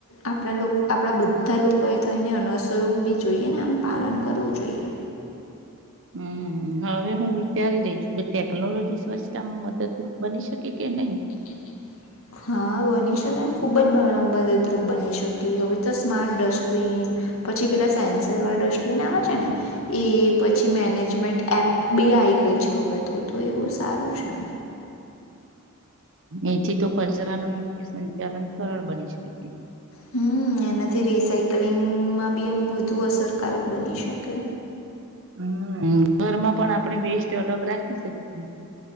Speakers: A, on the left; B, on the right.
A: આપણા આપણા બ ધા લોકો એ થઈને અનસરવું બી જોઈએ ને આમ પાલન કરવું જોઈએ.
B: હમ્મ હવે હું વિચારી રહી છું કે ટેકનોલોજી સ્વચ્છતામાં મદદરૂપ બની શકે કે નઈ.
A: <inaudible> હા બની શકે ખૂબ જ મદદરૂપ બની શકી હવે તો સ્માર્ટ ડસ્ટબિન પછી પેલા સેન્સર વાળા ડસ્ટબિન આવે છે, ને એ પછી મેનેજમેન્ટ એપ બી આઈ ગઈ છે, હવે તો તો એ બહુ સારું છે.
B: એથી તો કચરા નો યોગ્ય સંચાલન સરળ બની શકે.
A: હમ્મ. અને એનાથી રિસાયકલિંગમાં બી આમ વધુ અસરકારક બની શકે.
B: હમ્મ ઘરમાં પણ આપણે વેસ્ટ અલગ રાખી શકીએ.